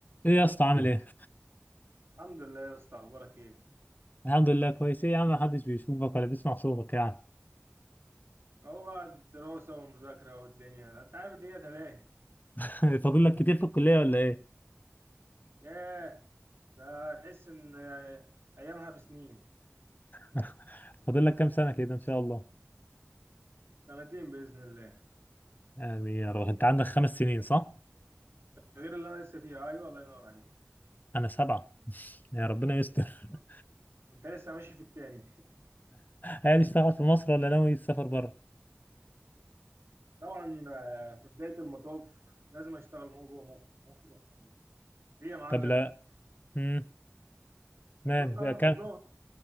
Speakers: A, on the left; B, on the right.
A: ايه يا اسطى عامل ايه؟
B: الحمد لله يا اسطى اخبارك ايه
A: الحمد لله كويس ايه يا عم محدش بيشوفك ولا بيسمع صوتك يعني
B: اهو بقى الدراسه والمذاكره والدنيا انت عارف الدنيا تلاهي
A: <laughs> فاضل لك كتير في الكلية ولا ايه؟
B: ياه ده تحس ان ايامها بسنين
A: <laughs> فاضل لك كام سنة كده ان شاء الله
B: سنتين باذن الله
A: يعني يا رب انت عندك خمس سنين صح؟
B: غير اللي انا لسه فيها ايوه الله ينور عليك
A: انا سبعة يا ربنا يستر <laughs>
B: آه. انت لسه ماشي في التاني
A: هل اشتغل في مصر ولا ناوي تسافر بره؟
B: طبعا آه، في بدايه المطاف لازم اشتغل هو جوه مصر مصر يا حبيبي ليه يا معلم
A: طب لا امم تمام
B: هتعوز طبعا
A: بقى كام؟
B: خبرات